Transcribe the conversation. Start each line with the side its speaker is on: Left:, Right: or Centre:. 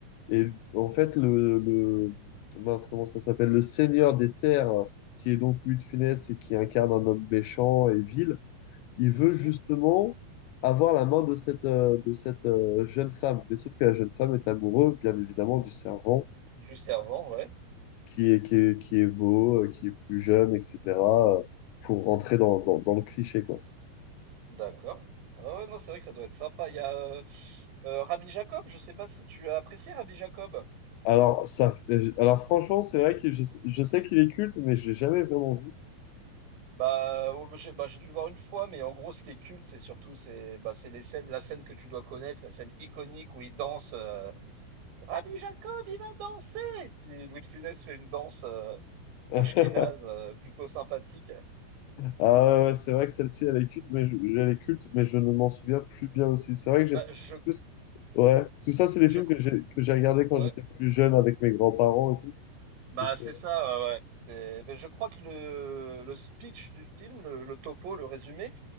Left: Et en fait, le, le- mince, comment ça s'appelle? Le Seigneur des Terres, qui est donc Louis de Funès et qui incarne un homme méchant et vil, il
Right: Mhm.
Left: veut justement avoir la main de cette, euh, de cette euh, jeune femme. Mais sauf que la jeune femme est amoureuse, bien évidemment, du servant
Right: Du servant, ouais.
Left: qui est, qui est, qui est beau, euh, qui est plus jeune, etc., euh, pour rentrer dans, dans, dans le cliché, quoi.
Right: D'accord. Ah ouais, non, c'est vrai que ça doit être sympa. Il y a euh, euh, Rabbi Jacob, je sais pas si tu as apprécié Rabbi Jacob.
Left: Alors, ça, euh, alors franchement, c'est vrai que je, je sais qu'il est culte, mais je l'ai jamais vraiment vu.
Right: Bah, oh, bah, j'ai bah, j'ai dû le voir une fois, mais en gros, ce qui est culte, c'est surtout c'est bah, c'est les scènes, la scène que tu dois connaître, la scène iconique où il danse. euh, Rabbi Jacob, il va danser! Puis Louis de Funès fait une danse euh,
Left: <laughs>
Right: ashkénaze euh, plutôt sympathique.
Left: Ah ouais, ouais, c'est vrai que celle-ci, elle est culte, mais je, elle est culte, mais je ne m'en souviens plus bien aussi. C'est vrai que j'ai...
Right: Bah, je,
Left: tout c- Ouais, tout ça, c'est des
Right: je,
Left: films
Right: cr-
Left: que j'ai que j'ai regardés quand
Right: ouais.
Left: j'étais plus jeune avec mes grands-parents et tout.
Right: Bah,
Left: Donc, c'est
Right: c'est ça, ouais. ouais. C'est- ben, je crois que le, le speech du film, le, le topo, le résumé,